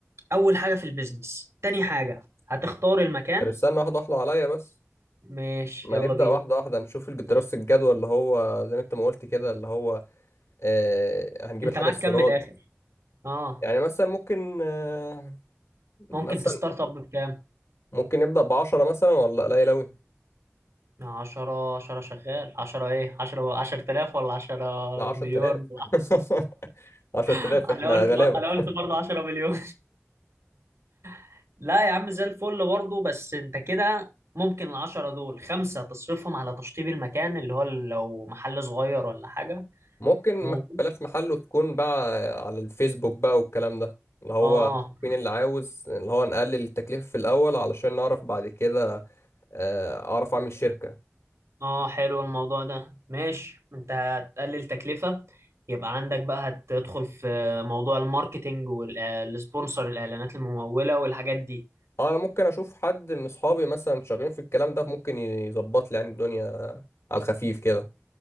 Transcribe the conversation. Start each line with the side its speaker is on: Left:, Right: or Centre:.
Right: اول حاجه في البيزنس تاني حاجه هتختار المكان
Left: طب استنى واحده واحده عليا بس
Right: ماشي
Left: ما
Right: يلا
Left: نبدا
Right: بينا
Left: واحده واحده نشوف الج- دراسه الجدوى اللي هو زي ما انت ما قلت كده اللي هو آه، هنجيب
Right: انت
Left: الحاجة
Right: معاك
Left: السيراد
Right: كام من الاخر اه
Left: يعني مثلا ممكن آه، مثلا
Right: ممكن تستارت اب بكام
Left: ممكن نبدأ بعشرة مثلا ولا قليل أوي
Right: عشرة عشرة شغال عشرة ايه عشرة عشرة آلاف ولا عشرة
Left: لا عشرة
Right: مليون
Left: آلاف <laughs> عشرة
Right: <laughs>
Left: آلاف
Right: انا
Left: احنا
Right: قلت
Left: غلابة
Right: بر- انا قلت برضه عشرة مليون <laughs> لا يا عم زي الفل برضه بس انت كده ممكن العشرة دول خمسة تصرفهم على تشطيب المكان اللي هو لو محل صغير ولا حاجة
Left: ممكن ما
Right: و...
Left: بلاش محل وتكون بقى على الفيسبوك بقى والكلام ده اللي هو
Right: اه
Left: مين اللي عاوز اللي هو نقلل التكلفة في الأول علشان نعرف بعد كده آه، أعرف أعمل شركة
Right: اه حلو الموضوع ده ماشي انت هتقلل تكلفة يبقى عندك بقى هتدخل في موضوع الماركتينج والسبونسر الاعلانات الممولة والحاجات دي
Left: أنا ممكن أشوف حد من أصحابي مثلا شغالين في الكلام ده ممكن يظبط لي يعني الدنيا على الخفيف كده